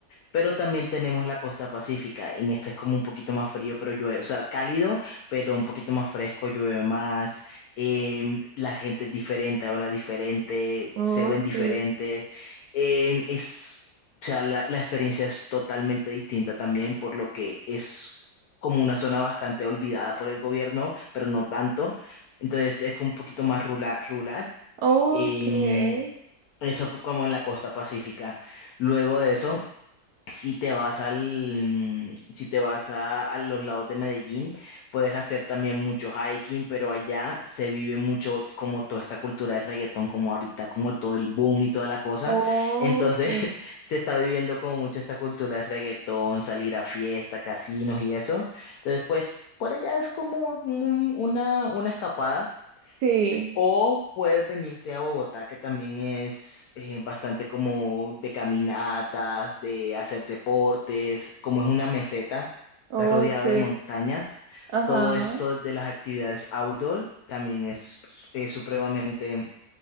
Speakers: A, on the left; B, on the right.
A: Pero también tenemos la costa pacífica. En esta es como un poquito más frío, pero llueve, o sea, cálido, pero un poquito más fresco, llueve más. em, la gente es diferente, habla diferente,
B: ok,
A: se ven diferente. em, es, o sea, la, la experiencia es totalmente distinta también, por lo que es como una zona bastante olvidada por el gobierno, pero no tanto. Entonces es como un poquito más rula- rural.
B: ok,
A: em, eso fue como en la costa pacífica. Luego de eso. Si te vas al, si te vas a, a los lados de Medellín, puedes hacer también mucho hiking, pero allá se vive mucho como toda esta cultura de reggaetón, como ahorita, como todo el boom y toda la cosa.
B: ok,
A: Entonces, <laughs> se está viviendo como mucho esta cultura de reggaetón, salir a fiesta, casinos y eso. Entonces, pues, por allá es como un- una, una escapada.
B: sí.
A: O puedes venirte a Bogotá, que también es eh, bastante como de caminatas, de hacer deportes, como es una meseta,
B: Ok,
A: está rodeada de montañas.
B: ajá,
A: Todo esto de las actividades outdoor también es, eh, supremamente